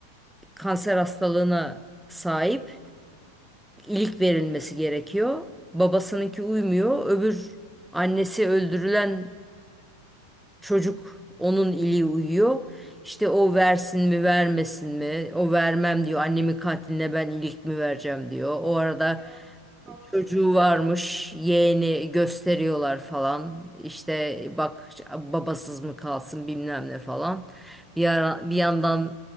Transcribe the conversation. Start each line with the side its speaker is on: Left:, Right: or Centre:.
Centre: kanser hastalığına sahip. İlik verilmesi gerekiyor. Babasınınki uymuyor. Öbür annesi öldürülen Çocuk onun ili uyuyor. İşte o versin mi vermesin mi? O vermem
Right: hı.
Centre: diyor. Annemin katiline ben ilik mi vereceğim diyor. O arada
Right: Yani haklı.
Centre: çocuğu varmış. Yeğeni gösteriyorlar falan. İşte bak babasız mı kalsın bilmem ne falan. Bir ara, bir yandan